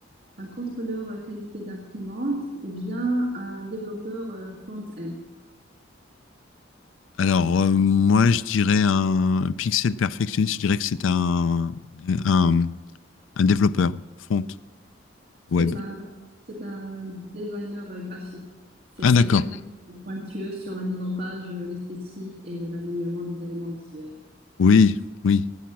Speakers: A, on the right; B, on the left.
A: un contrôleur qualité d'imprimante ou bien un développeur euh, front-end?
B: Alors, euh, moi, je dirais un pixel perfectionniste, je dirais que c'est un, un, un développeur front
A: C'est
B: web.
A: un, c'est un designer euh, graphique. C'est
B: Ah,
A: quelqu'un
B: d'accord.
A: qui est pointueux sur la mise en page, euh, l'esthétique et l'alignement des éléments visuels.
B: Oui, oui.